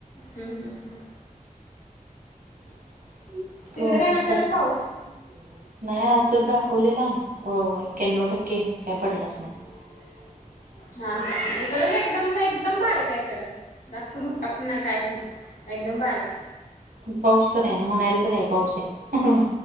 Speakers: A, on the left (about 80°); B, on the right (about 80°).
A: हम्म हम्म हम्म.
B: <unintelligible>
A: तिकडे काय नसेलच पाऊस
B: नाही आज तर दाखवलेला होय. एक्यान्नव टक्के काय पडलाच नाय. <unintelligible>
A: हा हा इकडंच एकदम एकदम बारीकया इकडं. जास्त मोठा पण नाय. काहीच नाय. एकदम बारीक.
B: पण पाऊस तर आहे. म्हणायला तर आहे. पाऊस आहे.